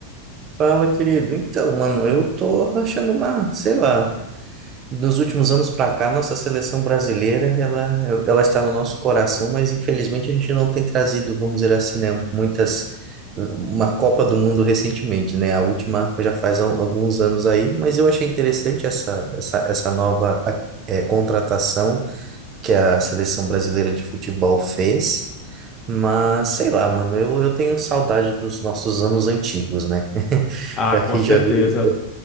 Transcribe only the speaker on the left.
Ah,
com
certeza.